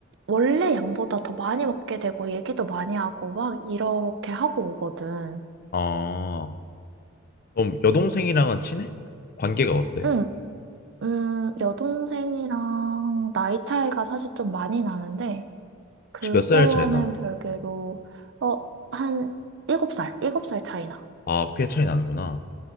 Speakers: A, on the right; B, on the left.
A: 원래 양보다 더 많이 먹게 되고, 얘기도 많이 하고, 막 이렇게 하고 오거든.
B: 아, 그럼 여동생이랑은 친해? 관계가 어때?
A: 응, 음, 여동생이랑 나이 차이가 사실 좀 많이 나는데, 그거와는
B: 혹시 몇 살 차이 나?
A: 별개로, 어, 한 7살, 7살 차이 나.
B: 아, 꽤 차이 나는구나.